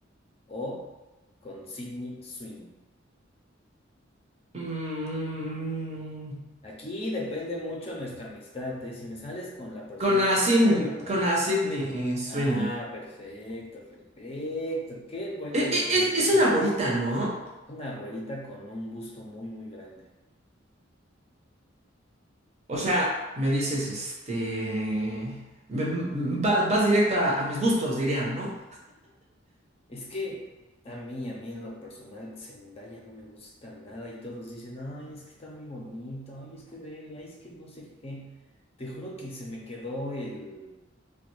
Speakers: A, on the left; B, on the right.
A: o con Sydney Sweeney?
B: Mm,
A: Aquí depende mucho nuestra amistad, ¿eh? Si me sales con la persona
B: con la
A: que me
B: Sin,
A: cae re mal.
B: con la Sydney Sweeney.
A: Ah, perfecto, perfecto. Qué buena
B: E-
A: respuesta.
B: e- e- Es, una güerita, ¿no?
A: Una güerita con un busto muy, muy grande.
B: O sea, me dices, este... me- m- vas, vas directo a, a mis gustos, dirían, ¿no?
A: Es que a mí, a mí en lo personal, Zendaya no me gusta nada y todos dicen, ay, es que está muy bonito, ay, es que vele, ay, es que no sé qué. Te juro que se me quedó el,